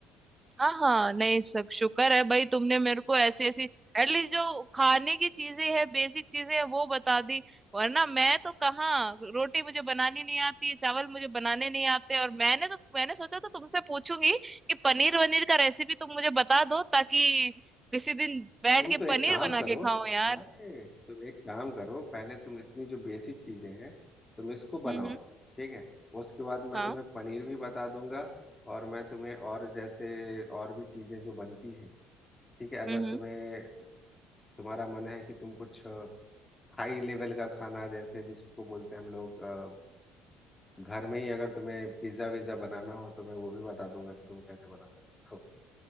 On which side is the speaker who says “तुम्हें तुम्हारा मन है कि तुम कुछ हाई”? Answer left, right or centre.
Left